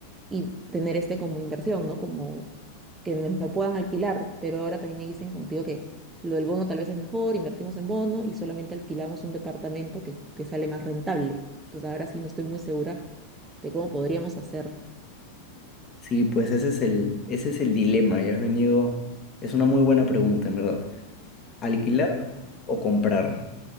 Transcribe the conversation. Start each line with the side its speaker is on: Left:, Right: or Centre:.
Right: y tener este como inversión, ¿no? Como que nos lo puedan alquilar. Pero ahora también me dicen, como te digo, que lo del bono tal vez es mejor, invertimos en bono y solamente alquilamos un departamento que, que sale más rentable. Entonces, ahora sí no estoy muy segura de cómo podríamos hacer.
Left: Sí, pues ese es el, ese es el dilema. Ya has venido. Es una muy buena pregunta, en verdad. ¿Alquilar o comprar?